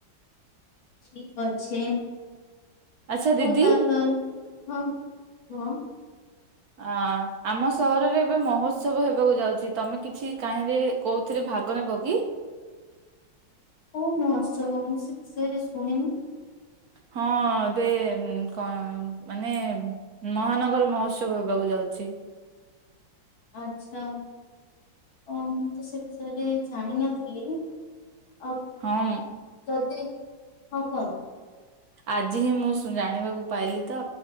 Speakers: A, on the left; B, on the right.
A: ଠିକ ଅଛି
B: ଆଚ୍ଛା ଦିଦି
A: ହଉ ତାହେ <unintelligible>
B: ଆ ଆମ ସହରରେ ଏବେ ମହୋତ୍ସବ ହେବାକୁ ଯାଉଛି ତମେ କିଛି କାହିଁରେ କୋଉଥିରେ ଭାଗ ନେବ କି?
A: କଉ ମହୋତ୍ସବ ମୁଁ ସେ ବିଷୟରେ ଶୁଣିନି।
B: ହଁ ଦେ କ ମାନେ ମହାନଗର ମହୋତ୍ସବ ହେବାକୁ ଯାଉଛି।
A: ଆଚ୍ଛା ଓ ମୁଁ ତ ସେ ବିଷୟରେ ଜାଣିିନଥିଲି ଆଉ
B: ହଁ।
A: <unintelligible>
B: ଆଜି ହିଁ ମୁଁ ଜାଣିବାକୁ ପାଇଲି ତ